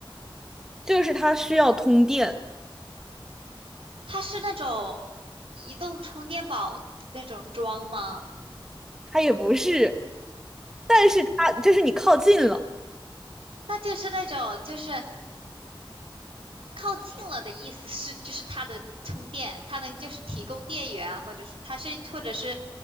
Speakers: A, in the centre; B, on the right.
A: 就是它需要通电，
B: 它是那种移动充电宝那种桩吗？
A: 它也不是，是它就是你靠近了，
B: 那就是那种就是靠近了的意思是，就是它的充电，它能就是提供电源，或者是它是或者是